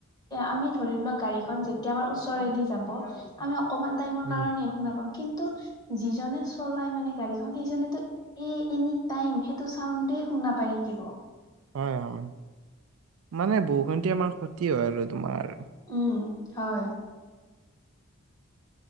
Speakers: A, on the left; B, on the right.
A: আমি ধৰি লোৱা গাড়ীখন যেতিয়া আমাৰ ওচৰেদি যাব আমি অকমান টাইমৰ
B: উম
A: কাৰণে একো শুনা নাপাম। কিন্তু যিজনে চলাই মানে গাড়ীখন সেইজনেটো এ এনি টাইম সেইটো চাউণ্ডদে শুনা পাই। থাকিব
B: হয়- হয়, মানে বহুখিনি আমাৰ ক্ষতি হয় আৰু তোমাৰ।
A: উম, হয়।